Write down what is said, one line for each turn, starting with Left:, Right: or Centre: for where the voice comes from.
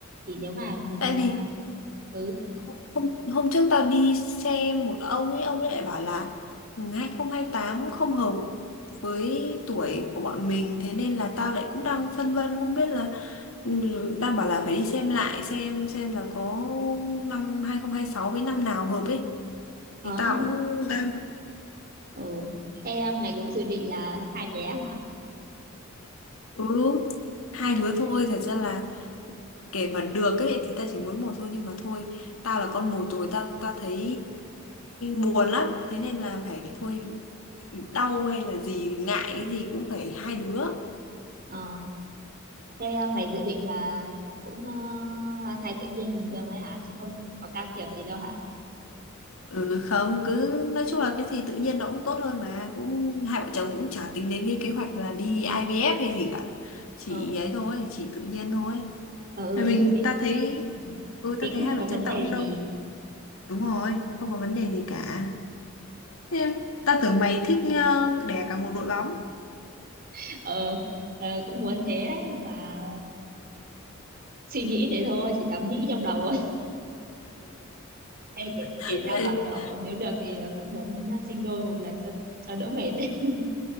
Right: thì nếu mà mình
Left: Tại vì
Right: à, ừ
Left: Hôm, hôm trước tao đi xem một ông ấy, ông ấy lại bảo là 2028 không hai tám không hợp với tuổi của bọn mình, thế nên là tao lại cũng đang phân vân không biết là ừ, đang bảo là phải đi xem lại xem xem là có năm 2026 với năm nào hợp ấy.
Right: ờ
Left: Thì tao
Right: hay không
Left: cũng đang
Right: ừ thế à, mày cũng dự định là hai bé hả
Left: ừ hai đứa thôi, thật ra là kể mà được ấy thì ta chỉ muốn một thôi nhưng mà thôi tao là con một rồi tao tao thấy buồn lắm thế nên là phải thôi đau hay là gì ngại cái gì cũng phải hai đứa
Right: ờ Thế à, mày dự định là cũng uh, mang thai tự nhiên bình thường ấy hả? Chứ không có can thiệp gì đâu hả?
Left: ừ không cứ nói chung là cái gì tự nhiên nó cũng tốt hơn mà cũng hai vợ chồng cũng chả tính đến cái kế hoạch là đi IVF hay gì cả chỉ
Right: Ờ,
Left: ấy thôi chỉ tự nhiên thôi
Right: ờ, ừ,
Left: rồi
Right: nói
Left: mình
Right: chung định
Left: ta thấy
Right: ừ,
Left: ừ
Right: định
Left: ta thấy
Right: cũng
Left: hai
Right: không
Left: vợ
Right: có vấn
Left: chồng
Right: đề
Left: tao cũng đâu
Right: gì.
Left: đúng rồi không có vấn đề gì cả Thế ta tưởng mày thích ờ, đẻ cả một đội bóng
Right: <laughs> Ờ, ờ, cũng muốn thế ấy, nhưng mà suy nghĩ thế thôi, chỉ dám nghĩ trong đầu thôi. Ê, kể,
Left: <laughs>
Right: kể ra mà kiểu nếu được thì ờ, cũng muốn ờ, sinh đôi một lần cho cho đỡ mệt ấy.